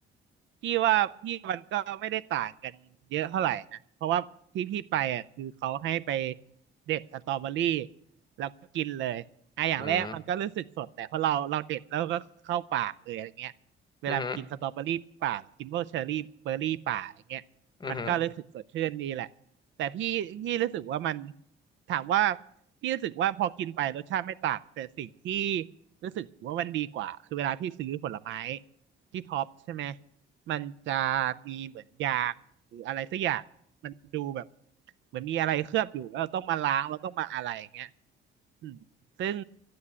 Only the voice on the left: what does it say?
อืมอือฮึอือฮึ